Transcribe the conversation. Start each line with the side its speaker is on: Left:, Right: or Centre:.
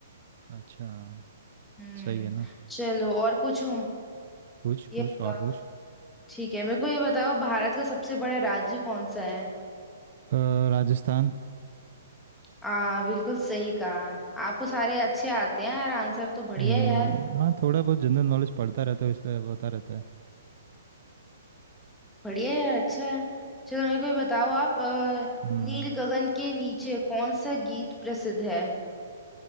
Right: अच्छा
Centre: हम्म
Right: सही है ना
Centre: चलो और पूछूं
Right: पूछ
Centre: ये
Right: पूछ
Centre: बताओ
Right: और पूछ
Centre: ठीक है मेरे को ये बताओ भारत का सबसे बड़ा राज्य कौन सा है
Right: अ, राजस्थान
Centre: आ बिल्कुल सही कहा आपको सारे अच्छे आते हैं यार आंसर तो बढ़िया
Right: हम्म,
Centre: है यार
Right: हम्म हाँ थोड़ा बहुत जनरल नॉलेज पढ़ता रहता है इसलिए पता रहता है
Centre: बढ़िया यार अच्छा है चलो मेरे को ये बताओ आप अ,
Right: हम्म
Centre: नील गगन के नीचे कौन सा गीत प्रसिद्ध है